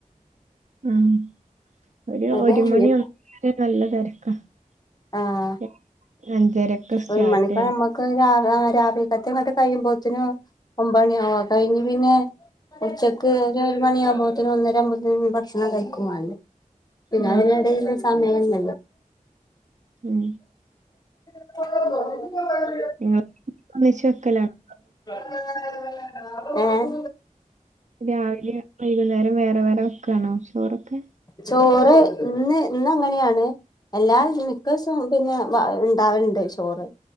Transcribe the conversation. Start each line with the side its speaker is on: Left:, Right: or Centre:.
Right: ഉം ഒരു
Left: അത്
Right: ഒരു
Left: കഴിഞ്ഞിപ്പോ
Right: <unintelligible> മണി ഒന്ന <unintelligible> നല്ല തെരക്ക <inaudible>
Left: ആഹ്
Right: സ്റ്റാർട്ട്
Left: ഒരു മണിക്കനമ്മക്ക്
Right: ചെയ്ത്
Left: ഒരു <unintelligible> ആറ <unintelligible> ര വിക്കത്തെങ്ങെ <unintelligible> കഴിയുമ്പോത്തിനും ഒമ്പണി ആവും അഹ് കഴിഞ് പിന്നെ ഉച്ചക്ക് ഒരു <unintelligible> മണിയാകുമ്പോ അപ്പോത്തിന് ഒന്നര ആവുമ്പോത്തിന് ഭക്ഷണം കയിക്കും വാണ്ടെ പിന്നെ
Right: ഉം
Left: അതിനിടയില് സമയം <inaudible>
Right: ഉം
Left: <inaudible>
Right: നിങ്ങ <inaudible> ഒന്നിച്ചു വെക്കലാണ്
Left: <unintelligible> ഉം
Right: രാവില്യ വൈകുന്നേരം വേറെ വേറെ വെക്കാണോ ചോറൊക്കെ
Left: ചോറ് ഇന്ന് ഇന്ന് അങ്ങനെയാണ് എല്ലാ ഈസം മിക്കസും പിന്നെ പ ഇണ്ടാവല്ണ്ട് ചോറ്